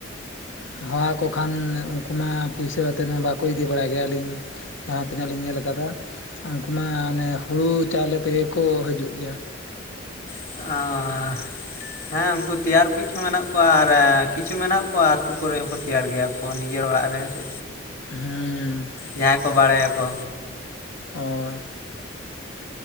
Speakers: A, on the left; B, on the left.
A: ᱦᱚ-ᱦᱚ ᱟᱠᱚ ᱠᱷᱟᱱ ᱩᱱᱠᱩ ᱢᱟ ᱾ ᱯᱩᱭᱥᱟᱹ ᱟᱛᱮ ᱢᱟ᱾ ᱵᱟᱠᱚ ᱤᱫᱤ ᱵᱟᱲᱟᱭ ᱜᱮᱭᱟ <unintelligible> ᱡᱟᱦᱟ ᱛᱤᱱᱟᱹᱜ ᱠᱤᱧ ᱡᱟᱦᱟ ᱞᱤᱧ ᱧᱮᱞ ᱟᱠᱟᱫᱟ᱾ ᱩᱱᱠᱩ ᱢᱟ ᱚᱱᱮ, ᱦᱩᱲᱩ ᱪᱟᱣᱞᱮ ᱛᱮᱜᱮ ᱠᱚ ᱦᱤᱡᱩᱜ ᱜᱮᱭᱟ᱾
B: <unintelligible> ᱟ᱾ ᱦᱮᱸ ᱩᱱᱠᱩ ᱛᱮᱭᱟᱨ ᱠᱩᱤᱡ ᱦᱚᱸ ᱢᱮᱱᱟᱜ, ᱠᱚᱣᱟ ᱟᱨ ᱠᱤᱪᱷᱩ ᱢᱮᱱᱟᱜ ᱠᱚᱣᱟ᱾ ᱟᱹᱛᱩ ᱠᱚᱨᱮ ᱦᱚᱸᱠᱚ ᱛᱮᱭᱟᱨ ᱜᱮᱭᱟ᱾ ᱚ ᱱᱤᱡᱮᱨ ᱚᱲᱟᱜ ᱨᱮᱦᱚ ᱥᱮ
A: ᱦᱩᱸ᱾
B: ᱡᱟᱦᱟᱸᱭ ᱠᱚ ᱵᱟᱲᱟᱭᱟᱠᱚ
A: ᱦᱳᱭ